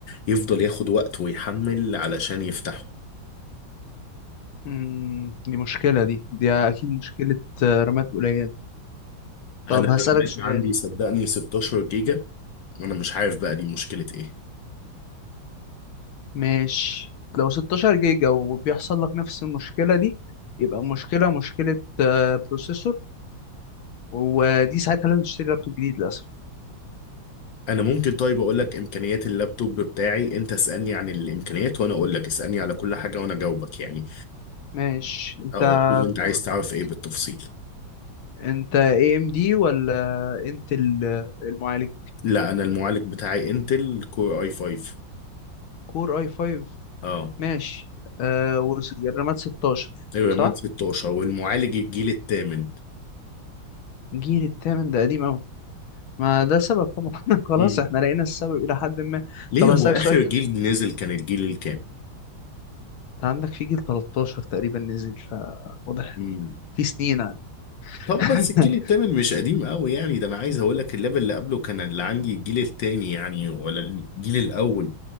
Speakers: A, on the left; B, on the left.
A: يفضل ياخد وقت ويحمل علشان يفتحه
B: مم، دي مشكلة دي دي أكيد مشكلة آه، رامات قليلة
A: انا
B: طب
A: الرامات
B: هسألك سؤال
A: عندي صدقني 16 جيجا وانا مش عارف بقى دي مشكلة ايه
B: ماشي لو 16 جيجا وبيحصل لك نفس المشكلة دي يبقى المشكلة مشكلة آه، بروسيسور ودي ساعتها لازم تشتري لابتوب جديد للأسف
A: انا ممكن طيب اقول لك امكانيات اللابتوب بتاعي انت اسالني عن الامكانيات وانا اقول لك اسالني على كل حاجه وانا اجاوبك يعني
B: ماشي أنت
A: اه شوف انت
B: كور
A: عايز تعرف ايه بالتفصيل
B: إن- أنت اي ام دي ولا انتل آه، المعالج
A: لا انا المعالج بتاعي انتل كور اي 5
B: كور اي 5
A: اه
B: ماشي آه والرامات 16
A: الرامات
B: صح؟
A: 16 والمعالج الجيل الثامن
B: جيل التامن ده قديم ما ده سبب طبعا <laughs> خلاص
A: امم
B: احنا لقينا السبب الى حد ما
A: ليه
B: طب هسألك
A: هو اخر
B: سؤال كمان
A: جيل نزل
B: لسه.
A: كان الجيل الكام
B: انت عندك في جيل 13 تقريبا نزل فواضح
A: امم
B: في سنين عاد
A: طب
B: <laughs>
A: بس الجيل الثامن مش قديم قوي يعني ده انا عايز اقول لك اللاب اللي قبله كان اللي عندي الجيل الثاني يعني ولا الجيل الاول